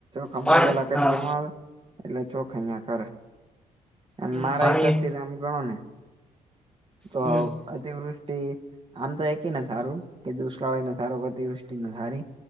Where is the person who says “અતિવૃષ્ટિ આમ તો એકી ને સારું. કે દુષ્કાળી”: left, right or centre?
Right